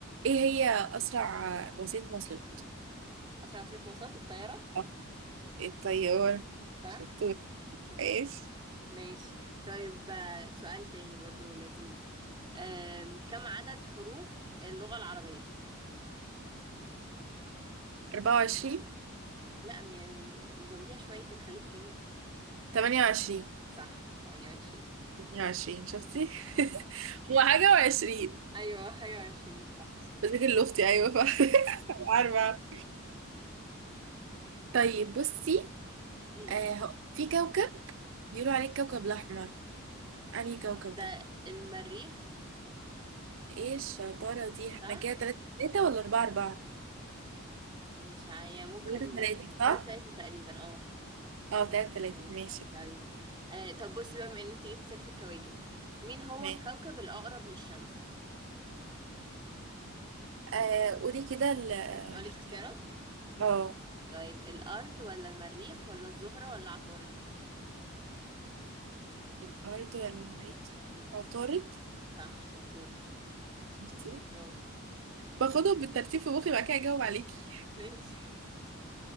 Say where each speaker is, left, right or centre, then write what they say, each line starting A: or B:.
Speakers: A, on the right; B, on the right.
A: ايه هي اسرع آه، وسيلة مواصلات
B: أسرع وسيلة مواصلات الطيارة
A: آه، الطيارة
B: صح
A: شطور
B: تمام
A: ايش
B: ماشي طيب آه، سؤال تاني برضو لذيذ آم، كم عدد حروف اللغة العربية؟
A: 24
B: لا يعني زوديها شوية كده خليك كريم
A: 28
B: صح 28
A: 20 شفتي
B: صح
A: <laughs> هو حاجة وعشرين
B: أيوة حاجة وعشرين صح
A: بذاكر لأختي أيوة ف <laughs> عارفة عارفة. طيب بصي
B: مم.
A: آه هو- في كوكب بيقولوا عليه الكوكب الأحمر أنهي كوكب
B: ده
A: ده؟
B: المريخ
A: ايه الشطارة دي احنا
B: صح
A: كده تلاتة تلاتة ولا أربعة أربعة؟
B: مش ع- يعني ممكن
A: تلاتة تلاتة صح؟
B: تلاتة تقريبا اه
A: اه تلاتة تلاتة
B: ماشي
A: ماشي
B: طيب آه طب بصي بقى بما ان انت جبت سيرة الكواكب مين هو
A: تمام
B: الكوكب الأقرب للشمس؟
A: آه
B: مم.
A: قولي كده ال الاختيار
B: أقولك اختيارات
A: اه
B: طيب الأرض ولا المريخ ولا الزهرة ولا عطارد
A: الأرض ولا المريخ؟ عطارد
B: صح شطور
A: شفتي؟
B: برافو
A: باخدهم بالترتيب في مخي بعد كده أجاوب عليكي
B: ماشي